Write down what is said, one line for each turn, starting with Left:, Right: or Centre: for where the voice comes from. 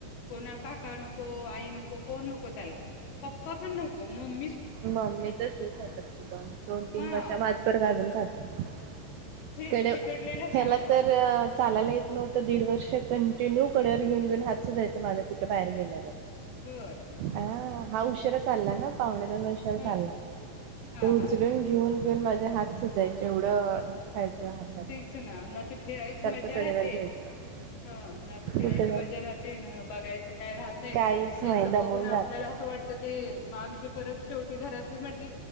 Left: कोणा काका नको आई नको कोण नको त्याला पप्पा पण नको मम्मी.
Right: मम्मीच जीव खातात दोन तीन
Left: हा
Right: वर्ष माझप गाजून खातोडे
Left: ते चिकटलेला
Right: ह्याला
Left: सारखा
Right: तर चालायला येत नव्हतं. दीड वर्ष कंटिन्यू कडेवर घेऊनेन हात सुजायचा माझं कुठं बाहेर घेण्यावर.
Left: होय
Right: अ हा
Left: ते
Right: उशरा चालला ना पाहुण्यने. दर वर्ष
Left: ह
Right: चालला
Left: हा
Right: उचलून
Left: हा हा
Right: घेऊन. घेऊन माझ्या हात सुजायचे एवढं. दुखायचं हातात
Left: तेच ना ना ते फिरायची
Right: सारखं
Left: मज्जा
Right: कडेवर
Left: राहते
Right: घ्यायचं
Left: ह ना ते तेच तेच ना ना फिरायची
Right: कुठे जाऊ
Left: मज्जा राहते न बघायचं काय राहतय
Right: काहीच
Left: त्यांचं
Right: नाही दमून
Left: बघून आपल्याला
Right: जातं
Left: असं वाटत ते आमची परत शेवटी घरातली म्हली